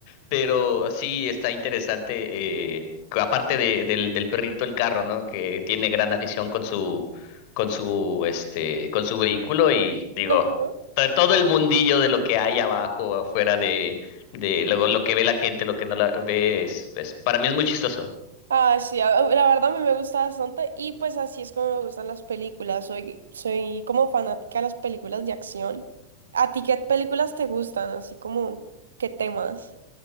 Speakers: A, on the left; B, on the right.
A: pero sí está interesante, eh, que aparte de- del, del perrito el carro, ¿no? Que tiene gran afición con su, con su, este, con su vehículo y digo,
B: <laughs>
A: to- todo el mundillo de lo que hay abajo, afuera de, de lo, lo que ve la gente, lo que no la ve, es, es- para mí es muy chistoso.
B: Ah, sí, a- a- la verdad a mí me gusta bastante y pues así es como me gustan las películas. Soy, soy como fanática de las películas de acción. ¿A ti qué películas te gustan? Así como, ¿qué temas?